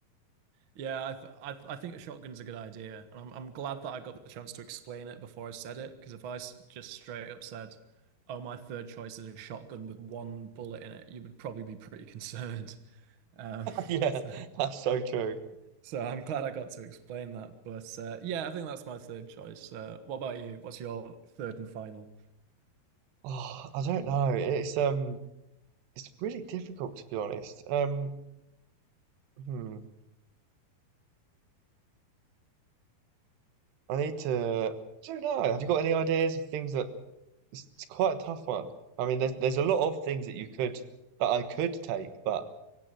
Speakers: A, on the right; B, on the right.
A: Yeah, I th I th I think a shotgun's a good idea, and I'm I'm glad that I got the chance to explain it before I said it. Because if I s- just straight up said, "Oh, my third choice is a shotgun with one bullet in it," you would probably be pretty concerned. Um,
B: Yeah,
A: <laughs> so,
B: that's so true.
A: so I'm glad I got to explain that. But uh, yeah, I think that's my third choice. Uh, what about you? What's your third and final?
B: Oh, I don't know. It's um, it's really difficult to be honest. Um, hmm, I need to. I don't know. Have you got any ideas of things that it's, it's quite a tough one. I mean, there's there's a lot of things that you could that I could take, but